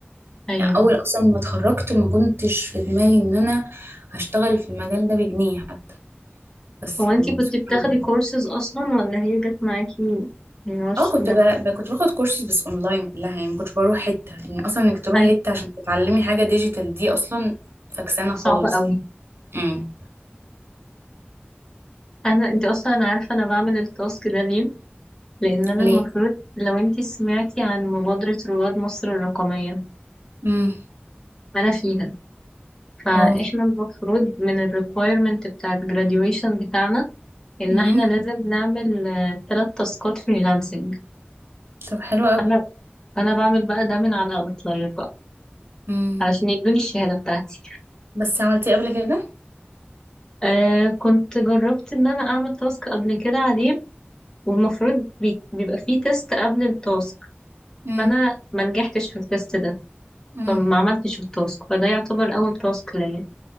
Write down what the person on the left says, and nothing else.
أيوه
هو
انتي كنتي
بتاخدي
كورسز أصلا ولا هي جت معاكي يعني هو الش-
ده
حاجة
صعبة
أوي
انا انت اصلا انا عارفه انا بعمل التاسك ده ليه لان انا
المفروض لو انت سمعتي عن مبادره رواد مصر الرقميه
انا فيها فاحنا
المفروض من الريكويرمنت بتاع الجراديويشن بتاعنا ان
احنا لازم نعمل ثلاث تاسكات فريلانسنج
انا انا بعمل بقى ده من على اوتلاير بقى
علشان يدوني الشهاده بتاعتي
آه كنت جربت ان انا اعمل تاسك قبل كده عليه والمفروض بي- بيبقى فيه تيست قبل التاسك
فانا ما نجحتش في التيست ده
فما عملتش التاسك فده يعتبر أول تاسك ليا